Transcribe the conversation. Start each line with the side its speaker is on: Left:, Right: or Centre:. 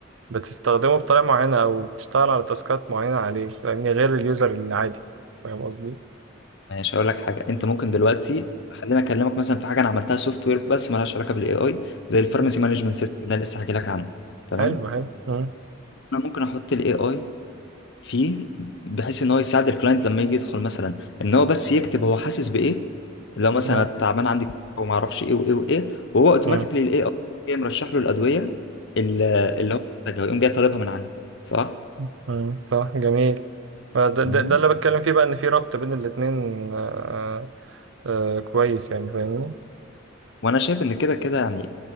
Right: بتستخدمه بطريقة معينة او بتشتغل على تاسكات معينة عليه فاهمني غير اليوزر العادي فاهم قصدي؟
Left: ماشي هقول لك حاجه انت ممكن دلوقتي خليني اكلمك مثلا في حاجه انا عملتها سوفت وير بس مالهاش علاقه بالاي اي زي الفارماسي
Right: مم.
Left: مانجمنت سيستم اللي انا لسه هحكي لك عنه تمام
Right: حلو حلو مم.
Left: انا ممكن احط الاي اي فيه بحيث ان هو يساعد الكلاينت لما يجي يدخل مثلا ان هو بس يكتب هو حاسس بايه لو مثلا
Right: مم.
Left: أنا تعبان عندي وما اعرفش ايه وايه وايه وهو اوتوماتيكلي
Right: مم.
Left: الاي اي جاي مرشح له الادويه اللي اللي هو محتاجها ويقوم جاي طالبها من عندي صح
Right: مم. مم. صح جميل ده, ده,
Left: مم.
Right: ده اللي بتكلم فيه بقى ان في ربط بين الاتنين آه، آه، آه، كويس يعني فاهمني
Left: وانا شايف ان كده كده يعني